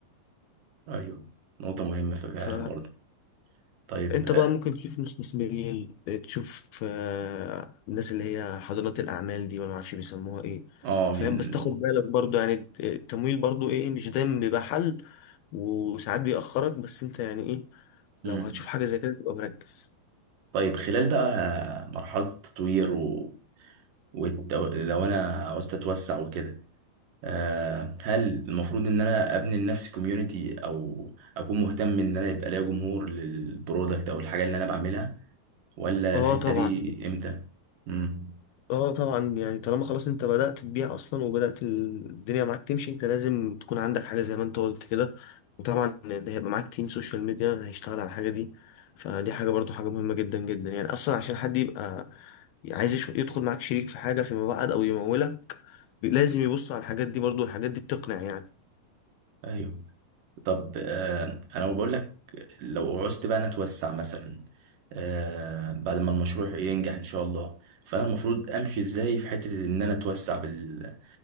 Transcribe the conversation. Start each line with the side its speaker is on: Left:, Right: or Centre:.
Right: أيوه نقطة مهمة فعلا
Left: ف
Right: برضه طيب
Left: انت
Right: آه
Left: بقى ممكن تشوف مستثمرين تشوف آه، الناس اللي هي حاضنات الاعمال دي ولا معرفش بيسموها ايه
Right: آه،
Left: فاهم
Right: بين-
Left: بس تاخد بالك برضو يعني الت- التمويل برضو ايه مش دايما بيبقى حل وساعات بيأخرك بس انت يعني ايه
Right: مم.
Left: لو هتشوف حاجة زي كده تبقى مركز
Right: طيب خلال بقى مرحلة التطوير و... والتو... لو أنا عاوز أتوسع وكده آه، هل المفروض ان انا ابني لنفسي كوميونتي او اكون مهتم ان انا يبقى ليا جمهور للبرودكت او الحاجه اللي انا بعملها ولا
Left: اه
Right: الحته
Left: طبعا
Right: دي امتى امم
Left: اه طبعا يعني طالما خلاص انت بدأت تبيع اصلا وبدأت الدنيا معاك تمشي انت لازم تكون عندك حاجة زي ما انت قلت كده وطبعا ده هيبقى معاك تيم سوشيال ميديا هيشتغل على الحاجة دي فدي حاجة برضو حاجة مهمة جدا جدا يعني اصلا عشان حد يبقى عايز يش- يدخل معاك شريك في حاجة فيما بعد او يمولك لازم يبص على الحاجات دي برضو الحاجات دي بتقنع يعني
Right: ايوه طب آه، انا بقول لك لو عوزت بقى انا اتوسع مثلا آه، بعد ما المشروع ينجح ان شاء الله فانا المفروض امشي ازاي في حته ان انا اتوسع بال